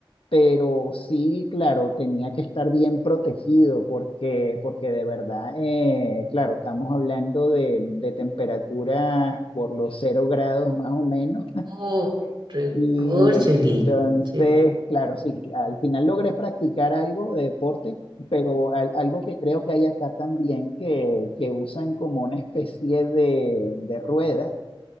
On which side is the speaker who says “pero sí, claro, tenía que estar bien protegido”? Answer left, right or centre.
Left